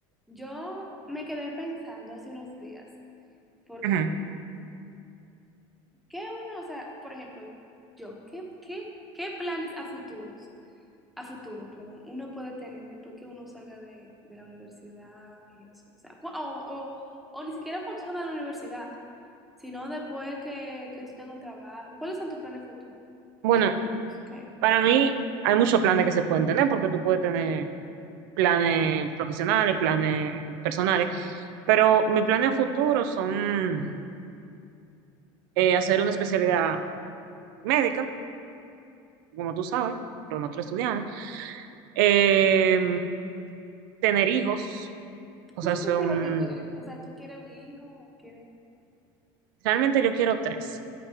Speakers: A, in the centre; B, on the right.
A: Yo me quedé pensando hace unos días, porque
B: Ujú.
A: ¿qué uno, o sea, por ejemplo, yo, ¿qué, qué, qué planes a futuros, a futuro, perdón, uno puede tener después que uno salga de, de la universidad y eso? O sea, cu- o, o, o ni siquiera cuando salga de la universidad, sino después que, que tú tengas un trabajo. ¿Cuáles son tus planes futuros?
B: Bueno,
A: ¿Hijos? ¿Qué?
B: para mí hay muchos planes que se pueden tener, porque tú puedes tener planes profesionales, planes personales, pero mis planes a futuro son eh, hacer una especialidad médica, como tú sabes, pero nosotros estudiamos, eh, tener hijos, o
A: ¿Cuántos
B: sea, son,
A: hijos tú quieres? O sea, ¿tú quieres un hijo? ¿Quieres
B: realmente yo quiero tres.